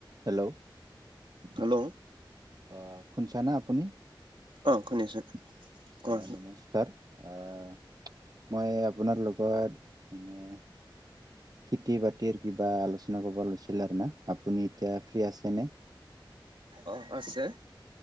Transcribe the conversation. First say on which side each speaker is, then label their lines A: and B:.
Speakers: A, on the right (about 50°); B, on the right (about 80°).
A: Hello?
B: Hello?
A: অ', খুন চানা আপুনি?
B: অ শুনিছো কোৱাচোন
A: আহ নমস্কাৰ আহ মই আপোনাৰ লগত মানে খেতি বাতিৰ কিবা আলোচনা কৰিব লৈছিল ন আপুনি এতিয়া ফ্ৰী আছে নে? <inaudible>
B: অ', আছে।